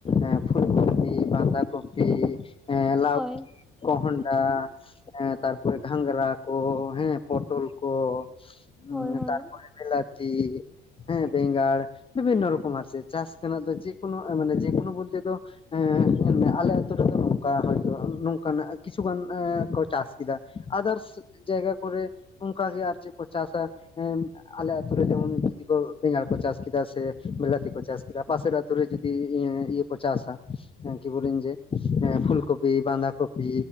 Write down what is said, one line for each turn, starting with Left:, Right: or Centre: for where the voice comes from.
Left: ᱮᱸ ᱯᱷᱩᱞ ᱠᱚᱯᱤ, ᱵᱟᱸᱫᱷᱟ ᱠᱚᱯᱤ, ᱮᱸ
Centre: ᱦᱳᱭ
Left: ᱞᱟᱣᱠᱤ, ᱠᱚᱦᱚᱸᱰᱷᱟ, ᱦᱮᱸ ᱛᱟᱨᱯᱚᱨᱮ ᱜᱷᱟᱸᱜᱽᱨᱟ ᱠᱚ, ᱦᱮᱸ ᱯᱚᱴᱚᱞ ᱠᱚ,
Centre: ᱦᱳᱭ
Left: ᱦᱩᱸ
Centre: ᱦᱳᱭ
Left: ᱛᱟᱨᱯᱚᱨᱮ ᱵᱤᱞᱟᱛᱤ, ᱦᱮᱸ ᱵᱮᱸᱜᱟᱲ ᱵᱤᱵᱷᱤᱱᱱᱚ ᱨᱚᱠᱚᱢ ᱟᱨ ᱪᱮᱫ ᱪᱟᱥ ᱛᱮᱱᱟᱜ ᱫᱚ ᱡᱮᱠᱳᱱᱳ ᱢᱟᱱᱮ ᱡᱮᱠᱳᱱᱳ ᱵᱚᱞᱛᱮ ᱫᱚ ᱧᱮᱞᱢᱮ ᱟᱞᱮ ᱟ ᱟᱹᱛᱩ ᱨᱮᱫᱚ ᱱᱚᱝᱠᱟ ᱦᱚᱭᱛᱳ ᱱᱚᱝᱠᱟᱱᱟᱜ ᱠᱤᱪᱷᱩᱜᱟᱱ ᱮᱸ ᱠᱚ ᱪᱟᱥ ᱠᱤᱫᱟ ᱟᱫᱟᱨᱥ ᱡᱟᱭᱜᱟ ᱠᱚᱨᱮ ᱚᱱᱠᱟᱜᱮ ᱟᱨ ᱪᱮᱫ ᱠᱚ ᱪᱟᱥᱟ ᱮᱸ ᱟᱞᱮ ᱟᱛᱳ ᱨᱮ ᱡᱮᱢᱚᱱ ᱡᱩᱫᱤ ᱠᱚ ᱵᱮᱸᱜᱟᱲ ᱠᱚ ᱪᱟᱥ ᱠᱤᱫᱟ ᱥᱮ ᱵᱞᱟᱹᱛᱤ ᱠᱚ ᱪᱟᱥ ᱠᱤᱫᱟ ᱯᱟᱥᱮᱨ ᱟᱛᱳ ᱨᱮ ᱡᱩᱫᱤ ᱮ ᱤᱭᱟᱹ ᱠᱚ ᱪᱟᱥᱟ ᱠᱤᱵᱚᱞᱤᱱ ᱡᱮ ᱯᱷᱩᱞ ᱠᱚᱯᱤ ᱵᱟᱸᱫᱟ ᱠᱚᱯᱤ